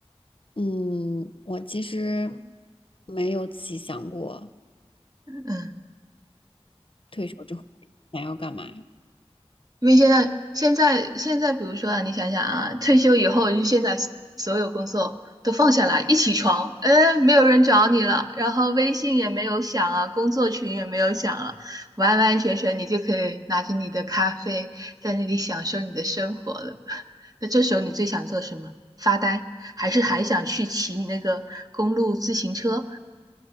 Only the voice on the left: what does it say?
嗯，我其实没有仔细想过
退休之后想要干嘛。